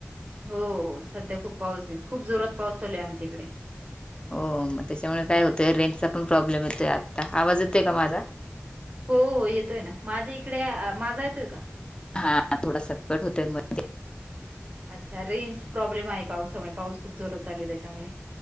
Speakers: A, on the right; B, on the left.
A: हो, हो सध्या खूप पाऊस आहे, खूप जोरात पाऊस चालूये आमच्या इकडे.
B: हो मग त्याच्यामुळे काय होतंय रेंजचा पण प्रॉब्लेम येतोय आता आवाज येतोय का माझा?
A: हो हो येतोय ना. माझ्या इकडे माझा येतोय का?
B: हां, थोडासा कट होतोय मध्ये.
A: अच्छा, रेंज प्रॉब्लेम आहे पावसामुळे पाऊस खूप जोरात चालू आहे त्याच्यामुळे.